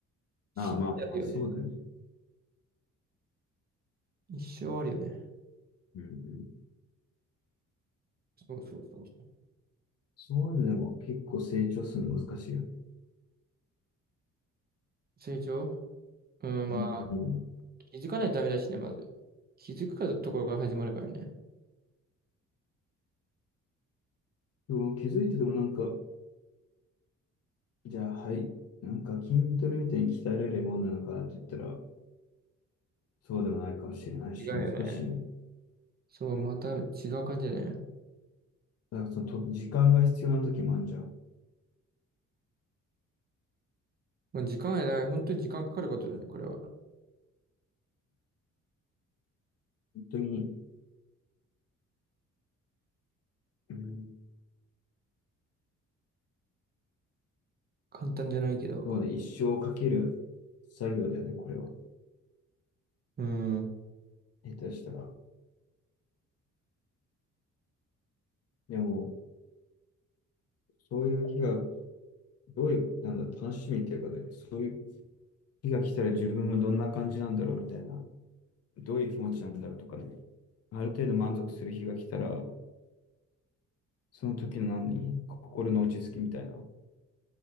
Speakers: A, on the right; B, on the left.
A: 死んであるよね。
B: ああ、まあ、まあそうだよね。
A: 一生あるよね。
B: うんうん。
A: そうそうそうそ
B: そういうのでも結構成長するの難しいよね。
A: う。成長うん、
B: うん
A: まあ、気づかないとダメだしね、まず。気づくかところが始まるからね。
B: でも気づいてでもなんか、じゃあはい、なんか筋トレみたいに鍛えられるものなのかなって言ったら、そうでもないかもしれないし、
A: 違うよね。
B: 難しいよね。
A: そう、また違う感じだね。
B: だからそのと、時間が必要な時もあるじゃん。
A: まあ、時間がない。本当に時間かかることだね、これは。
B: 本当に、うん
A: 簡単じゃないけど。
B: そうね、一生をかける作業だよね、これは。
A: うん。
B: 下手したら。でも、そういう日が、どういう、なんだ、楽しみっていうかね、そういう日が来たら自分はどんな感じなんだろうみたいな、どういう気持ちなんだろうとかね、ある程度満足する日が来たら、その時の何、心の落ち着きみたいな、